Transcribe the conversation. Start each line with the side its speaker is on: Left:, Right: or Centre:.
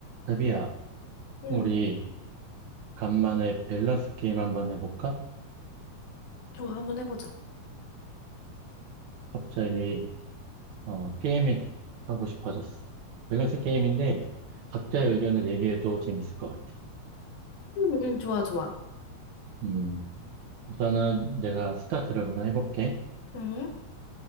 Right: 자비야,
Left: 응,
Right: 우리 간만에 밸런스 게임 한번 해볼까?
Left: 좋아, 한번 해보자.
Right: 갑자기 어, 게임이 하고 싶어졌어. 밸런스 게임인데 각자의 의견을 얘기해도 재밌을 것 같아.
Left: 응, 응, 좋아, 좋아.
Right: 음, 우선은 내가 스타트를 그냥 해볼게.
Left: 응,